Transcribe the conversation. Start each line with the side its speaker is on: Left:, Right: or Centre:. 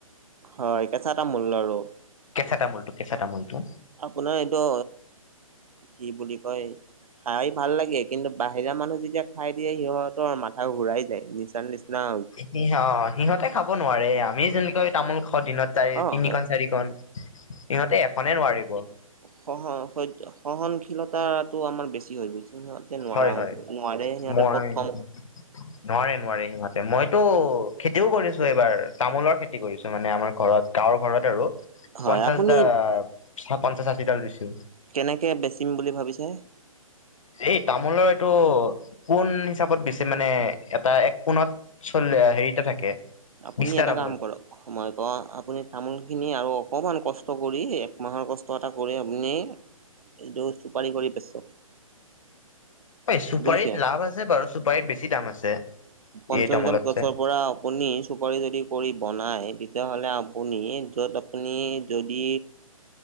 Right: হয় কেঁচা তামোল আৰু
Left: কেঁচা তামোলটো কেঁচা তামোলটো
Right: আপোনাৰ এইটো কি বুলি কয় খাই ভাল লাগে কিন্তু বাহিৰা মানুহ যেতিয়া খাই দিয়ে সিহঁতৰ মাথা ঘূৰাই যায় নি তাৰ নিচিনা
Left: সিহ সিহঁতে খাব নোৱাৰে আমি যেনেকৈ তামোল খোৱা দিনত তাৰে
Right: অ
Left: তিনিখন
Right: হয়
Left: চাৰিখন সিহঁতে এখনে নোৱাৰিব
Right: সহন স সহনশীলতা টো আমাৰ বেছি হৈ গৈছে ন নোৱাৰা
Left: হয় হয়
Right: হৈ গৈ নোৱাৰে সিহঁতে
Left: মই
Right: প্ৰথম
Left: <unintelligible> নোৱাৰে নোৱাৰে সিহঁতে মইতো খেতিও কৰিছোঁ এইবাৰ তামোলৰ খেতি কৰিছোঁ মানে আমাৰ ঘৰত গাঁৱৰ ঘৰত আৰু
Right: হয়
Left: পঞ্চাশডা
Right: আপুনি
Left: পঞ্চাশ ষাশিডাল ৰুইছো
Right: কেনেকে বেচিম বুলি ভাবিছে
Left: এই তামোলৰ এইটো পোণ হিচাপত বেছিম মানে এটা এক পোণত চল্লে হেৰিটা থাকে।
Right: আপুনি
Left: বিশটা
Right: এটা
Left: তামোল
Right: কাম কৰক। মই কওঁ আপুনি তামোল খিনি আৰু অকমান কষ্ট কৰি এক মাহৰ কষ্ট এটা কৰি আপুনি এইটো চুপাৰি কৰি বেচক।
Left: এই চুপাৰিত
Right: বুজিছে।
Left: লাভ আছে বাৰু, চুপাৰিত বেছি দাম আছে।
Right: পঞ্চশডাল
Left: এই তামোলতছে
Right: গছৰ পৰাও আপুনি চুপাৰি যদি কৰি বনায় তেতিয়াহ'লে আপুনি য'ত আপুনি যদি